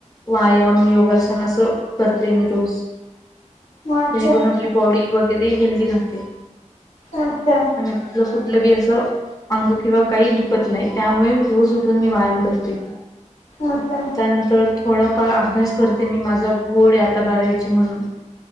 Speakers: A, on the left (about 30°); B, on the left (about 75°).
A: व्यायाम योगासन असं करते मी रोज
B: अच्छा
A: जेणेकरून आपली बॉडी वगैरे हेल्दी राहते.
B: अच्छा
A: आणि आपलं कुठलं बी अस अंग किंवा काही दुखत नाही त्यामुळे रोज उठून मी व्यायाम करते.
B: अच्छा
A: त्यानंतर थोडाफार अभ्यास करते मी माझा बोर्ड आता बारावीचे म्हणून